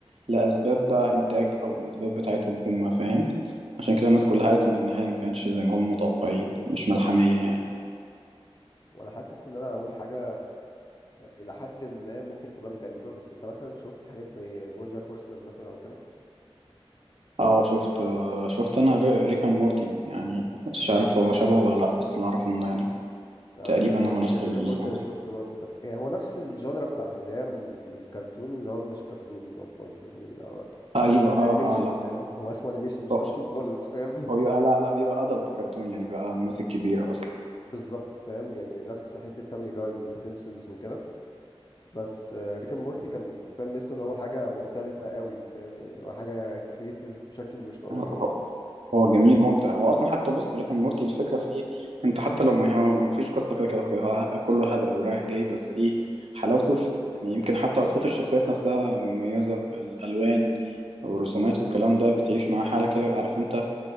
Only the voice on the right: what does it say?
لاسباب بقى انتاج او اسباب بتاعتهم هم فاهم عشان كده الناس كلها قالت ان النهايه ما كانتش زي ما هم متوقعين مش ملحميه يعني
اه شفت شفت انا ريكان مورتي يعني مش عارف هو شبهه ولا لا بس اللي اعرفه انه يعني
تقريبا
هما نفس ال
آه، أيوه آه
آه لأ
هو
هو بيبقى
لأ لأ بيبقى أدلت كرتون يعني بيبقى الناس الكبيرة أصلًا
هو هو
هو جميل ممتع هو أصلًا حتى بُص ريك أند مورتي الفكرة في إيه أنت حتى لو ما هو ما فيش قصة كده كده هو كده ه كله هبل ورايح جاي بس إيه حلاوته في يعني، يمكن حتى أصوات الشخصيات نفسها مميزة الألوان والرسومات والكلام ده بتعيش معاه حالة كده عارف أنت